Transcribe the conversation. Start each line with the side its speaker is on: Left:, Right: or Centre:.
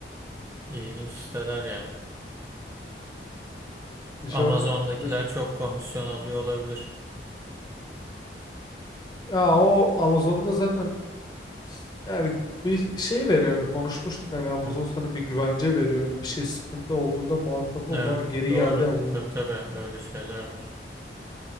Right: ilginç siteler yani.
Left: Şey,
Right: Amazon'dakiler
Left: e, bilmiyorum.
Right: çok komisyon alıyor olabilir.
Left: ya o Amazon'da zaten Yani bir şey veriyor hani konuşmuştuk hani Amazon
Right: Hı.
Left: sana bir güvence veriyor hani bir şey sıkıntı olduğunda muhatabın
Right: Evet
Left: var geri
Right: doğru.
Left: iade alıyor.
Right: Tabii tabii öyle şeyler var.